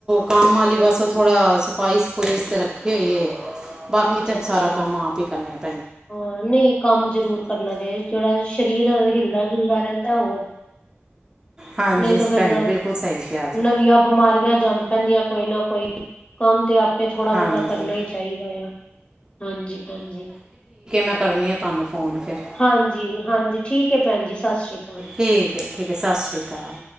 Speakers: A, on the right (about 15°); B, on the left (about 30°).
A: ਕੰਮ ਵਾਲੀ ਬਸ ਥੋੜਾ ਸਫ਼ਾਈ ਪੁਲਿਸ ਤਰੱਕੀ ਹੋ ਹੈ, ਬਾਕੀ
B: ਅੱਛਾ-ਅੱਛਾ
A: ਤਾਂ ਸਾਰਾ ਕੰਮ ਆਪ ਹੀ ਕਰਨੇ ਹੁੰਦਾ।
B: ਹਾਂ ਨਹੀਂ ਕੰਮ ਜ਼ਰੂਰ ਕਰਨਾ ਚਾਹੀਦਾ, ਜਿਹੜਾ ਸਰੀਰ ਹਿਲਦਾ-ਜੁਲਦਾ ਰਹਿੰਦਾ ਹੋਰ
A: ਹਾਂਜੀ
B: ਨਹੀਂ ਤਾਂ ਫੇਰ
A: ਭੈਣ ਜੀ ਬਿਲਕੁਲ ਸਹੀ ਕਿਹਾ ਜੀ
B: ਨਵੀਆਂ ਬਿਮਾਰੀਆਂ ਜੰਮ ਪੈਂਦੀਆਂ ਕੋਈ ਨਾ ਕੋਈ। ਕੰਮ ਤੇ ਆਪੇ ਥੋੜਾ
A: ਹਾਂਜੀ
B: ਬਹੁਤਾ ਕਰਨਾ ਹੀ ਚਾਹੀਦਾ, ਆ ਹਾਂਜੀ ਭੈਣ ਜੀ।
A: ਮੈਂ ਕਰਨੀ ਆ ਤੁਹਾਨੂੰ। ਫੋਨ ਫਿਰ
B: ਹਾਂਜੀ-ਹਾਂਜੀ, ਠੀਕ ਹੈ ਭੈਣ ਜੀ ਸਤਿ ਸ੍ਰੀ ਅਕਾਲ।
A: ਠੀਕ ਹੈ ਠੀਕ ਹੈ, ਸਤਿ ਸ਼੍ਰੀ ਅਕਾਲ।